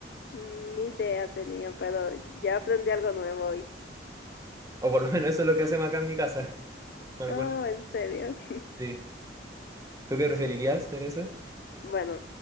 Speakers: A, on the left; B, on the right.
A: Mm, Ni idea tenía, pero ya aprendí algo nuevo hoy.
B: O por lo menos eso es lo que hacemos acá en mi casa. <laughs> Con alguna...
A: Oh, ¿en serio? <laughs>
B: Sí. ¿Tú qué preferirías en eso?
A: Bueno,